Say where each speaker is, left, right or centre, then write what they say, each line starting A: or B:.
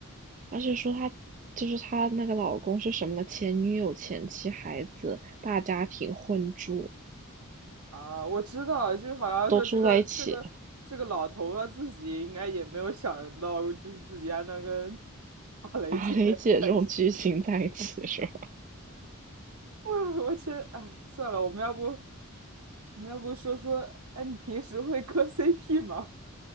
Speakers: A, on the right (about 35°); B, on the right (about 80°).
A: 而且说她就是她那个老公是什么前女友、前妻、孩子、大家庭混住。
B: 啊！我知道，就是好像说这个这个这个老头他自己应该也没有想到，
A: 都住在一起，
B: 就是自己还能跟打雷姐
A: <laughs> 打雷姐这种剧情在一起是吧？
B: <laughs> 在一起。我我真哎，算了，我们要不我们要不说说，哎，你平时会磕 CP 吗？